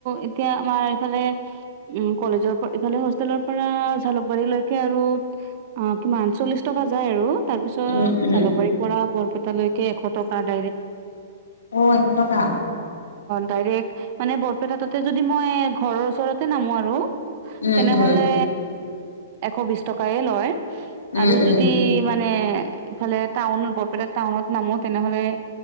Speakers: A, on the right; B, on the left.
A: এতিয়া আমাৰ ইফালে উ কলেজৰ পৰা ইফালে হোষ্টেলৰ পৰা জালুকবাৰী লৈকে আৰু অ কিমান চল্লিশ টকা যায় আৰু। তাৰপিছত
B: উম উম
A: জালুকবাৰীৰ পৰা বৰপেটালৈকে এশ টকা। অ
B: অ এশ টকা
A: দাইৰেক মানে বৰপেটা তাতে যদি মই ঘৰৰ ওচৰতে নামো আৰু
B: উম
A: তেনেহলে
B: উম
A: এশ বিশ টকাই লয়
B: উম
A: আৰু যদি
B: উম
A: মানে ইফালে টাউন টাউনত নামো তেনেহলে